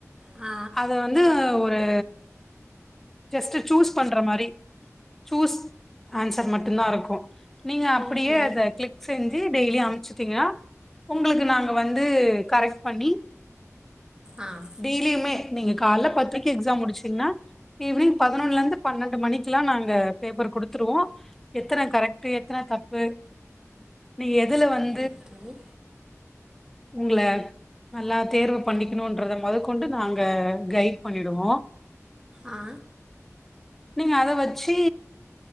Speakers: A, on the right; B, in the centre.
A: ஆ
B: அத வந்து ஒரு ஜஸ்ட்டு சூஸ் பண்ற மாரி சூஸ் ஆன்சர் மட்டு தா இருக்கு நீங்க அப்டியே
A: ஓகே
B: அத கிளிக் செஞ்சி டெய்லி அமுச்சட்டீங்கனா உங்களுக்கு நாங்க வந்து கரெக்ட் பண்ணி
A: ஆம்
B: டெய்லியுமே நீங்க கால்ல பத்ரைக்கு எக்ஸாம் முடிச்டீங்னா ஈவினிங் பதினொன்னல இருந்து பன்னெண்டு மணிக் குலா நாங்க பேப்பர் குடுத்துருவோ எத்தன கரெக்ட்டு எத்தன தப்பு நீங்க எதுல வந்
A: ஓகே
B: உங்ள நல்லா தேர்வு பண்ணிக்கணுன்றத மொதக்கொண்டு நாங்க கைட் பண்ணிடுவோ
A: ஆ
B: நீ அத வச்சி